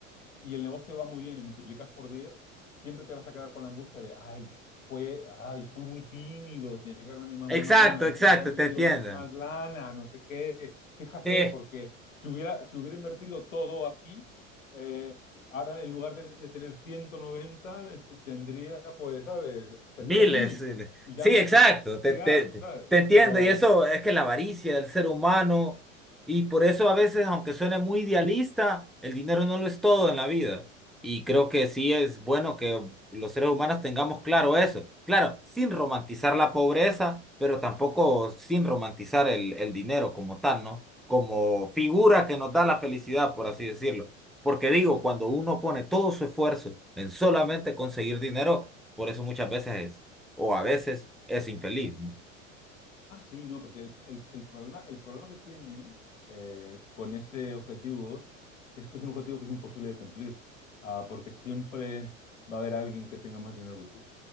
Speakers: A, on the left; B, in the centre.
A: y el negocio va muy bien y multiplicas por 10, siempre te vas a quedar con la angustia de, ay, fue, ay, fui muy tímido, tenía que haberme animado
B: Exacto,
A: más,
B: exacto,
A: tenía que haber metido
B: te entiendo.
A: más, más lana, no sé qué. Fíjate,
B: Sí.
A: porque si hubiera, si hubiera invertido todo aquí, eh, ahora en lugar de, de tener 190, este, tendría, pues, ¿sabes? Tendría
B: Miles.
A: mil
B: miles.
A: y
B: Sí,
A: ya me,
B: exacto,
A: me
B: te,
A: tirar,
B: te, te
A: ¿sabes?
B: te entiendo.
A: Pero
B: Y eso es que la avaricia del ser humano, y por eso a veces, aunque suene muy idealista, el dinero no lo es todo en la vida. Y creo que sí es bueno que los seres humanos tengamos claro eso. Claro, sin romantizar la pobreza, pero tampoco sin romantizar el, el dinero como tal, ¿no? Como figura que nos da la felicidad, por así decirlo. Porque digo, cuando uno pone todo su esfuerzo en solamente conseguir dinero, por eso muchas veces es, o a veces es infeliz, ¿no?
A: Ah, sí, no, porque el, el- el problema, el problema que tiene eh, con ese objetivo es que es un objetivo que es imposible de cumplir, ah, porque siempre va a haber alguien que tenga más dinero que tú.